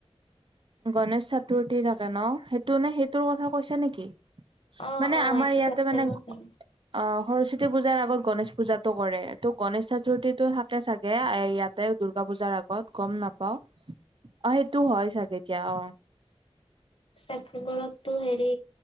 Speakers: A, on the right; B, on the left.
A: গণেশ চতুৰ্থী থাকে ন, সেইটো নে, সেইটোৰ কথা কৈছা নেকি?
B: অ',
A: মানে
B: অ',
A: আমাৰ
B: এইটো
A: ইয়াতে
B: ছেপ্টেম্বৰত
A: মানে
B: হ'ব।
A: অ, সৰস্বতী পূজাৰ আগত গনেশ পূজাতটো কৰে। ত, গণেশ চতুৰ্থীটো থাকে চাগে। থাকে, ইয়াতে দুূৰ্গা পূজাৰ আগত গম নাপাওঁ অ, সেইটো হয় চাগে। এতিয়া অ,
B: ছেপটেম্বৰতটো হেৰি,